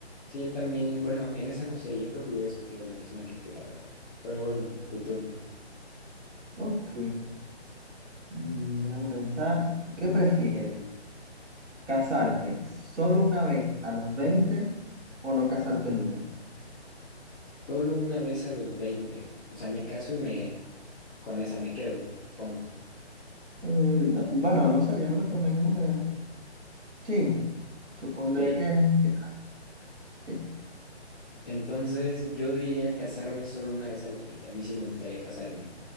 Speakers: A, in the centre; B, on the right (about 85°).
A: Sí, yo también, bueno, en esa no sé, yo creo que hubiera escogido la misma que tú, la verdad. Pero bueno, tu turno.
B: Ok. Mm, Déjame pensar. ¿Qué prefieres? ¿Casarte solo una vez a los 20 o no casarte nunca?
A: Solo una vez a los veinte O sea, me caso y me con esa me quedo, supongo.
B: Eh, no, bueno, no sé, yo me lo tomé como que... Sí, supondré
A: Ok.
B: que, que sí.
A: Entonces, yo diría casarme solo una vez a los veinte A mí sí me gustaría casarme.